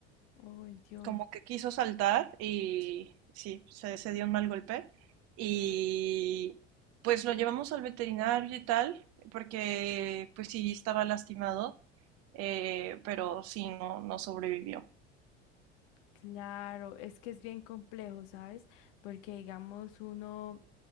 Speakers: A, on the left; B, on the right.
A: ay Dios.
B: como que quiso saltar y sí, se, se dio un mal golpe. Y pues lo llevamos al veterinario y tal, porque pues sí estaba lastimado, eh, pero sí, no, no sobrevivió.
A: Claro, es que es bien complejo, ¿sabes? Porque digamos uno,